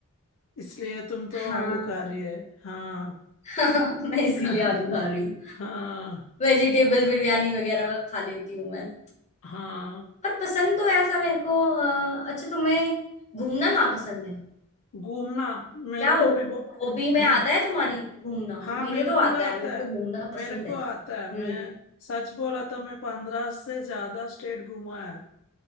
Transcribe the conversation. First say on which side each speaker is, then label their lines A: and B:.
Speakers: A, on the left; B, on the left.
A: इसलिए तुम तो
B: हाँ
A: आलूकारी है हाँ
B: <laughs> मैं इसीलिए
A: <laughs>
B: आलू खा रही हूँ
A: हाँ
B: वेजिटेबल बिरयानी वगैरह खा लेती हूँ मैं
A: हाँ
B: पर पसंद तो ऐसा मेरे को अ, अच्छा तुम्हें घूमना कहाँ पसंद है
A: घूमना मेरे
B: क्या हो
A: को भी बो
B: हॉबी में
A: हम्म
B: आता है तुम्हारी घूमना
A: हाँ
B: मेरे
A: बिल्कुल
B: तो आता
A: आता
B: है मेरे को
A: है
B: घूमना पसंद
A: मेरे को
B: है
A: आता
B: हम्म
A: है मैं सच बोला तो मैं पंद्रह से ज्यादा स्टेट घूमा है